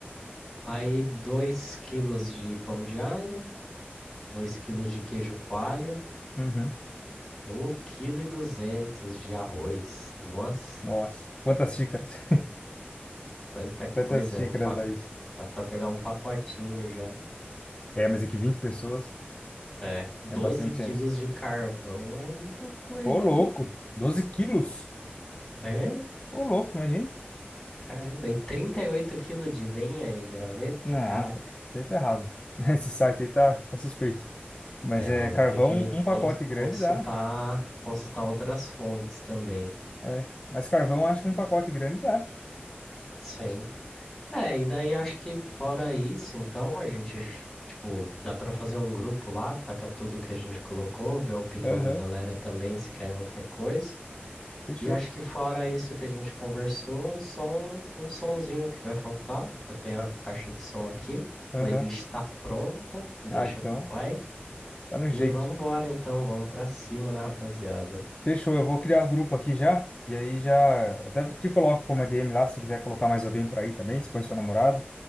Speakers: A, in the centre; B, on the left.
A: Aí, dois quilos de pão de alho, 2 quilos de queijo coalho,
B: Uhum.
A: um quilo e 200 de arroz. Nossa,
B: Nossa. Quantas xícaras? <laughs>
A: quanta
B: Quantas
A: coisa,
B: xícaras
A: é um pa-
B: dá isso?
A: dá pra pegar um pacotinho já.
B: É, mas é que 20 pessoas
A: É, 12
B: é bastante
A: quilos
B: gente.
A: de carvão é muita coisa,
B: Ô, louco!
A: não?
B: doze quilos?
A: É?
B: Ô, louco, imagina.
A: Caramba, e 38 quilos de lenha e graveto?
B: Não,
A: Caraca.
B: tá, isso aí tá errado. <laughs> Esse site aí tá, tá suspeito. Mas
A: É,
B: é
A: vamos
B: carvão,
A: ter que
B: um
A: cons-
B: pacote grande
A: consultar,
B: dá.
A: consultar outras fontes também.
B: É. Mas carvão, acho que um pacote grande dá.
A: Sim. É, e daí acho que fora isso, então a gente, j- tipo, dá pra fazer um grupo lá, taca tudo que a gente colocou, ver a opinião
B: Aham,
A: da galera também, se querem outra coisa.
B: fechou.
A: E acho que fora isso que a gente conversou, só um, um sonzinho que vai faltar. Eu tenho a caixa de som aqui,
B: Aham.
A: playlist tá pronta, deixa
B: Ah, então,
A: com o pai.
B: tá no jeito.
A: E vamos embora então, vamos pra cima, né, rapaziada?
B: Fechou, eu vou criar o grupo aqui já. E aí já. Até te coloco como a ADM lá, se quiser colocar mais alguém pra ir também, se põe seu namorado.